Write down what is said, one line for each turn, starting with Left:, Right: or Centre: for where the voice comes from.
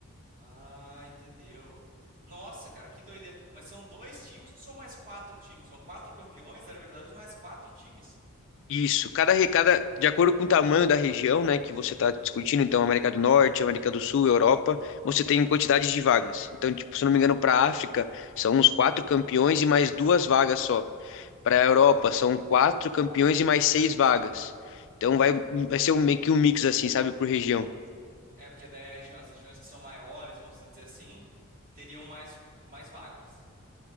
Right: Ah, entendeu. Nossa, cara, que doideira. Mas são dois times ou são mais quatro times? São quatro campeões da Libertadores mais quatro times?
Left: Isso, cada, re- cada, de acordo com o tamanho da região, né, que você está discutindo, então América do Norte, América do Sul, Europa, você tem quantidades de vagas. Então, tipo, se eu não me engano, para a África são uns quatro campeões e mais duas vagas só. Para a Europa são quatro campeões e mais seis vagas. Então vai, vai ser um, meio que um mix assim, sabe, por região.
Right: É, porque daí as as regiões que são maiores, vamos dizer assim, teriam mais, mais vagas.